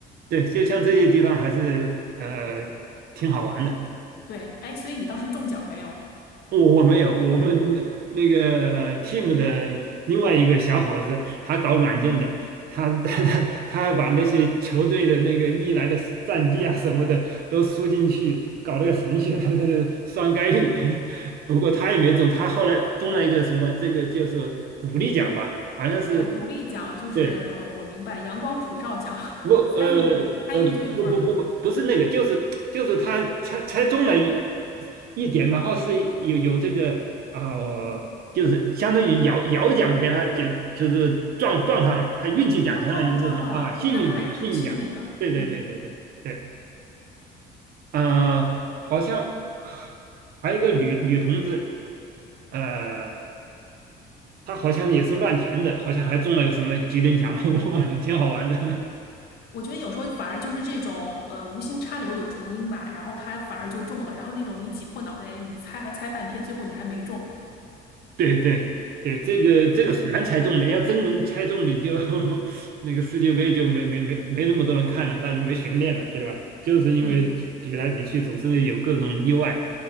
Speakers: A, on the right; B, on the left.
A: 对，就像这些地方还是呃挺好玩的。
B: 对，哎，所以你当时中奖没有？
A: 我我没有，我们那个 team 的另外一个小伙子，他搞软件的，他他他他还把那些球队的那个历来的战绩啊什么的都输进去，搞了个程序来来来双 <laughs> 概率。<laughs> 不过他也没中，他后来中了一个什么，这个就是鼓励奖吧，好像是。
B: 哦，鼓励奖就是，
A: 对。
B: 呃，我明白，阳光普照奖，<laughs>
A: 不，呃呃，
B: 参与参与就有份儿。
A: 不不不不，不是那个，就是就是他猜猜中了一一点，然后是有有这个呃，就是相当于摇摇奖给他，就就是撞撞上了，他运气奖相当于那种啊幸运奖，
B: 哦，撞撞上了，哦，那他还是挺幸运的。
A: 幸运奖，对对对对对对，
B: 嗯，
A: 呃，好像还有一个女女同志，呃，她好像也是乱填的，好像还中了个什么几等奖，<laughs> 我忘了，挺好玩的。
B: 我觉得有时候反而就是这种，呃，无心插柳柳成荫吧，然后他反而就中了，然后那种你挤破脑袋你猜还猜半天，最后你还没中。
A: 对对对，这个这个很难猜中的，要真能猜中，你就 <laughs> 那个世界杯就没没没没那么多人看了，大家没悬念了，对吧？就是因为比来比去总是有各种意外，
B: 嗯。